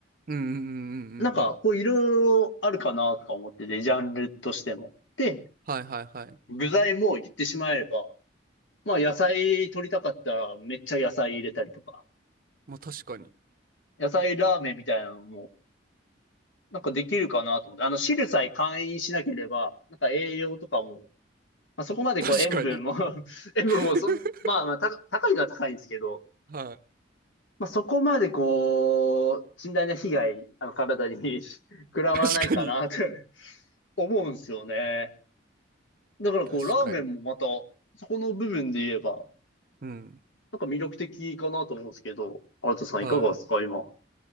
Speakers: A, on the right; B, on the left.
A: うんうんうんうんうんうん。
B: なんか、こういろいろあるかなとか思ってて、ジャンルとしても。で、
A: はいはいはい。
B: 具材も言ってしまえば、まあ野菜取りたかったらめっちゃ野菜入れたりとか、
A: まあ、確かに。
B: 野菜ラーメンみたいなのも、なんかできるかなと思って、あの汁さえ簡易しなければ、なんか栄養とかも、まあそこまでこう塩分も
A: 確かに。
B: <laughs> 塩分もそん、
A: <laughs>
B: まあまあた高いのは高いんですけど、
A: は
B: まあそこまでこう、甚大な被害、あの体に <laughs> 食らわないかなと
A: い。確かに。
B: <laughs> 思うんですよね。だからこう、
A: 確かに。
B: ラーメンもまた、そこの部分で言えば、
A: うん。
B: なんか魅力的かなと思うんですけど、アウトさんいかがですか、
A: はい。
B: 今。